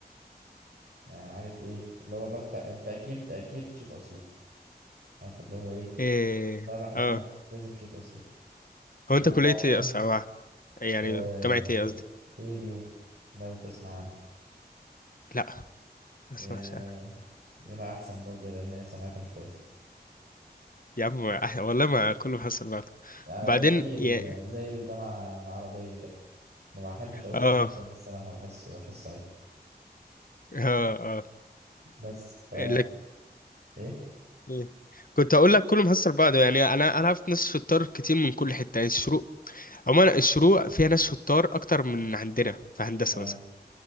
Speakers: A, on the right; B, on the left.
A: يعني عارف ايه اللي هو بفتح انت اكيد اكيد شيت اسيوط عارف اللي هو ايه بسم
B: ايه
A: الله الرحمن
B: اه
A: الرحيم لازم شيت اسود
B: هو
A: ومؤخرا
B: انت كلية ايه اصلا أو يعني
A: آه
B: جامعة ايه
A: ايه
B: قصدي
A: ايه اليو لو تسمع عنه
B: لا ما
A: آه،
B: اسمعش انا
A: يبقى احسن برضه لان هي سمعتها مش كويسه
B: يا عم <laughs> أح- والله ما كله حصل بعض
A: آه
B: بعدين
A: زي ال...
B: يا...
A: زي الجامعه العربيه كده ما بحبش اقول
B: اه
A: اسمها تاني الصراحه بحسه بحسه عيب
B: اه
A: بس فا
B: اه لك
A: ايه
B: إيه. كنت اقول لك كله محصل بعضه يعني انا انا عرفت ناس شطار كتير من كل حته يعني الشروق عموما الشروق فيها ناس شطار اكتر من عندنا في هندسه
A: اه
B: مثلا